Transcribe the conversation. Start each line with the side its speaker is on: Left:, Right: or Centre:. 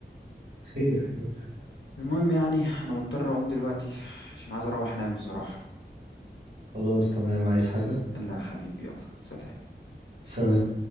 Right: خير خير
Left: المهم يعني انا مضطر اقوم دلوقتي عشان عايز اروح انام بصراحة
Right: خلاص تمام عايز حاجة
Left: لا يا حبيبي يلا سلام
Right: سلام